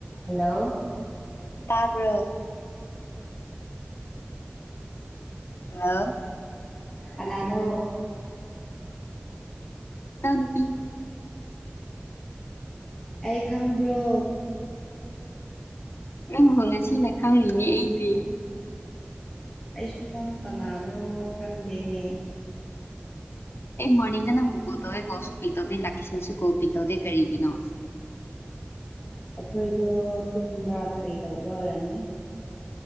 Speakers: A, in the centre; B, on the left.
A: hello
B: ꯇꯥꯕꯣ ꯑ
A: ꯀꯅꯥꯅꯨ
B: ꯇꯅꯄꯤ
A: ꯑꯩ ꯈꯪꯕ꯭ꯔꯣ
B: ꯎꯪꯍꯣ ꯉꯁꯤꯅ ꯈꯪꯉꯅꯦ ꯑꯩꯗꯤ
A: ꯑꯩꯁꯨ ꯅꯪ ꯀꯅꯥꯅꯣ ꯈꯪꯗꯦꯅꯦ
B: ꯑꯦ ꯃꯣꯔꯅꯤꯡꯗ ꯅ ꯄꯨꯀꯣꯇꯣꯋꯦ ꯀꯣꯁꯨ ꯄꯤꯇꯣꯗꯦ ꯂꯀꯤꯁꯟꯁꯤ ꯀꯣ ꯄꯤꯇꯣꯗꯦ ꯀꯔꯤꯉꯅꯣ
A: ꯑꯩꯈꯣꯏꯗꯣ ꯇꯨꯝꯕ꯭ꯔꯥ ꯀꯔꯤ ꯇꯧꯕ꯭ꯔꯥ ꯑꯣꯏꯔꯝꯅꯤ